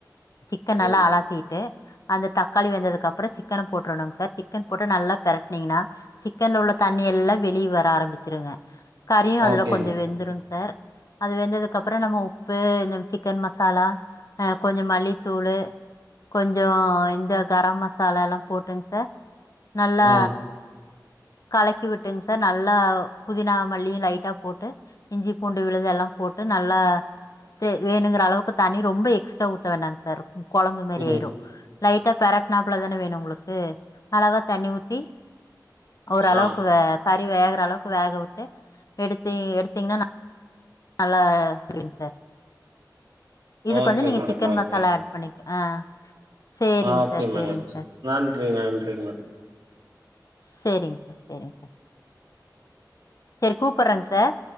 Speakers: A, on the left; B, on the right.
A: சிக்கன் நல்லா
B: ம்.
A: அலசிட்டு அந்த தக்காளி வெந்ததுக்கு அப்புற சிக்கன போட்டுருணுங்க சார் சிக்கன் போட்டு நல்லா பெரட்டனீங்கன்னா சிக்கன்ல உள்ள தண்ணி எல்லாம் வெளியே வர ஆரம்பிச்சிருங்க கறியும் அதுல
B: ஓகேங்க.
A: கொஞ்ச வெந்துருங்க சார் அது வெந்ததுக்கு அப்புற நம்ம உப்பு சிக்கன் மசாலா ஆ கொஞ்சமல்லித்தூள் கொஞ்ச இந்த கரம் மசாலா எல்லா போட்டுங்க சார் நல்லா
B: ஆ.
A: கலக்கி விட்டுங்க சார் நல்லா புதினா மல்லியு லைட்டா போட்டு இஞ்சி பூண்டு விழுது எல்லா போட்டு நல்ல தே வேணுங்கிற அளவுக்கு தண்ணி ரொம்ப எக்ஸ்ட்ரா ஊத்த வேண்டாங்க சார் கொழம்பு மேரி
B: ம்.
A: ஆயிரு லைட்டா பெரட்னாப்ல தானே வேணு உங்களுக்கு அளவா தண்ணி ஊத்தி ஓரளவுக்கு
B: ஆ.
A: வே கறி வேகுற அளவுக்கு வேகவிட்டு எடுத்து எடுத்தீங்கன்னா நல்லா அப்டிங்க சார் இதுக்கு
B: ஓகே
A: வந்து நீங்க
B: madam,
A: chicken
B: okay.
A: Masala add பண்ணிக் ஆ சேரிங்க
B: ஆ ஓகே
A: சார்
B: மேட
A: சேரிங்க சார்
B: நன்றி நன்றிங்க மேட
A: சேரிங்க சார் செரிக்க சார் செரி கூப்பட்றேங்க சார்